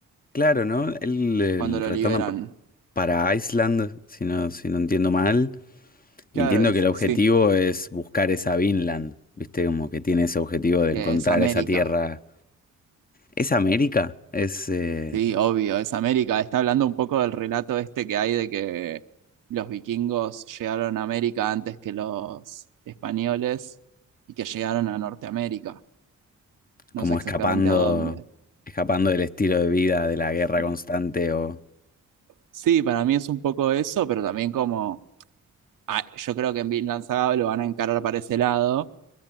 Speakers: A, on the left; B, on the right.
A: Claro, ¿no? Él, él
B: cuando lo
A: retorna
B: liberan.
A: p- para Iceland, si no, si no entiendo mal. Y
B: Claro,
A: Entiendo
B: es,
A: que el objetivo
B: sí.
A: es buscar esa Vinland, ¿viste? Como que tiene ese objetivo de
B: que
A: encontrar
B: es América.
A: esa tierra. ¿Es América? Es eh,
B: Sí, obvio, es América. Está hablando un poco del relato este que hay de que los vikingos llegaron a América antes que los españoles y que llegaron a Norteamérica.
A: como
B: No sé exactamente
A: escapando,
B: a dónde.
A: escapando del estilo de vida, de la guerra
B: Sí,
A: constante, o
B: Sí, para mí es un poco eso, pero también como ah, yo creo que en Vinland Saga lo van a encarar para ese lado,